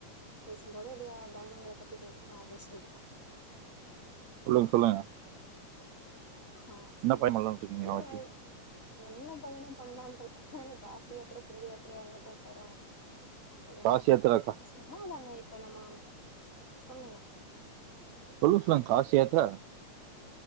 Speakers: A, on the left; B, on the right.
A: பேசும்போது அப்டியா பயணங்கள பத்தி பேசணு அப்டின்னு சொல்ட்டா
B: சொல்லுங் சொல்லுங்க
A: ஆ சொல்லுங்க
B: என்ன பயணம் பண்ணலான்னு இருக்கீங்க
A: இல்லைங்கா
B: நாளைக்கு
A: என்ன பயணம் பண்ணலான்ருக்கங்க எனக்கு காசி யாத்திர புனித யாத்திரயாங்க போ போற சொல்லுங்க
B: காசி யாத்திராக்கா
A: சும்மாதாங்க எப் இப்ப நம்ம சொல்லுங்க
B: சொல்லு சொல்லுங்க காசி யாத்தர